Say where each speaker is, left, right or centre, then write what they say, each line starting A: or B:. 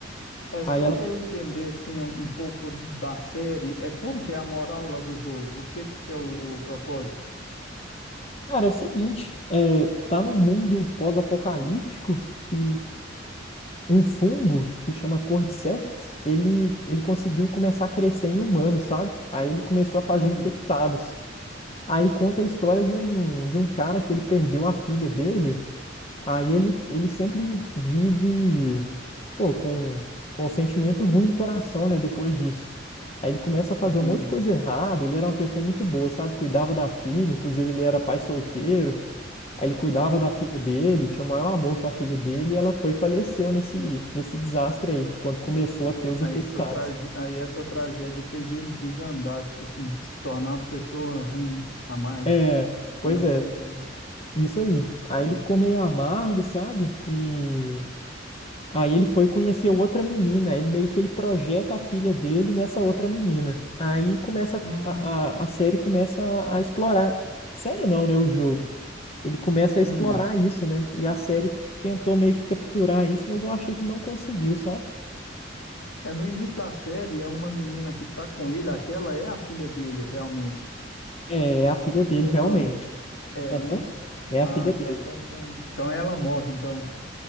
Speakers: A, on the left; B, on the left.
A: É
B: Aí
A: só
B: ela
A: para
B: ficou,
A: eu entender assim um um pouco da série, é como que é a moral lá do jogo? O que que é o, o propósito?
B: cara, é o seguinte, é, tá num mundo pós-apocalíptico que um fungo que chama Cordyceps, ele, ele conseguiu começar a crescer em humanos, sabe? Aí ele começou a fazer
A: Hum,
B: infectados. Aí conta a história de um, de um cara que ele perdeu a filha dele Aí ele, ele sempre vive, pô, com, com um sentimento ruim no coração, né, depois disso. Aí ele começa a fazer
A: entendi.
B: um monte de coisa errada, ele era uma pessoa muito boa, sabe? Cuidava da filha, inclusive ele era pai solteiro. Aí ele cuidava
A: Ó,
B: da filha dele, tinha o maior amor com a filha dele, e ela foi e faleceu nesse, nesse desastre aí, quando começou a ter os infectados.
A: aí essa trage... aí essa tragédia fez ele desandar, tipo assim, se tornar uma pessoa ruim, amarga.
B: É, pois
A: Foi mais
B: é,
A: ou menos isso.
B: isso aí. Aí
A: Ó.
B: ele ficou meio amargo, sabe? E Aí ele foi conhecer outra menina, ele meio que ele projeta a filha dele nessa outra menina. Aí começa
A: Hum,
B: a, a, a série começa a, a explorar. Série não, né? O jogo. Ele começa
A: hum.
B: a explorar isso, né? E a série tentou meio que capturar isso, mas eu achei que não conseguiu, sabe?
A: É no início da série, é uma menina que tá com ele, aquela é a filha dele realmente.
B: É, é a filha dele,
A: Ou
B: realmente.
A: não? É,
B: Aham.
A: né?
B: É
A: Ah,
B: a filha dele.
A: tá, então, então, então ela morre, então.